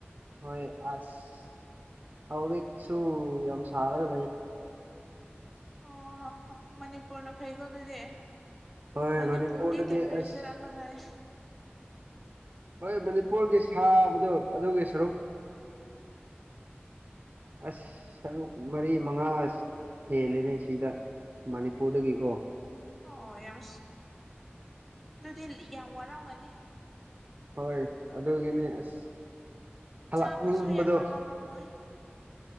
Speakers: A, on the right; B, in the centre.
A: ꯍꯣꯏ ꯑꯁ ꯍꯥꯎ ꯁꯨ ꯌꯥꯝ ꯁꯔ ꯀꯗ
B: ꯑꯣ ꯃꯅꯤꯄꯨꯔꯅ ꯐꯩꯀꯣ ꯑꯗꯨꯗꯤ
A: ꯍꯣꯏ
B: ꯃꯅꯤꯄꯨꯔꯗꯤ
A: ꯃꯅꯤꯄꯨꯔꯗꯗꯤ
B: ꯇꯦꯝꯄꯔꯦꯆꯔ
A: ꯑꯁ
B: ꯑꯃ ꯂꯩ
A: ꯍꯣꯏ ꯃꯅꯤꯄꯨꯔꯒꯤ ꯁꯥꯕꯗꯣ ꯑꯗꯨꯒꯤ ꯁꯔꯨꯛ ꯑꯁ ꯁꯔꯨꯛ ꯃꯔꯤ ꯃꯉꯥ ꯍꯦꯜꯂꯦꯅꯦ ꯁꯤꯗ ꯃꯅꯤꯤꯄꯨꯔꯔ ꯀꯤ ꯀꯣ
B: ꯑꯣ ꯌꯥꯝ ꯑꯗꯨꯗꯤ ꯌꯥꯝ ꯋꯥꯔꯝꯒꯅꯤ
A: ꯍꯣꯏ ꯑꯗꯨꯒꯤꯅꯦ ꯑꯁ ꯍꯂꯛꯅꯤꯡꯕꯗꯣ
B: ꯆꯥꯕꯁꯨ ꯌꯥꯝꯅ ꯍꯥꯎꯔꯝꯃꯣꯏ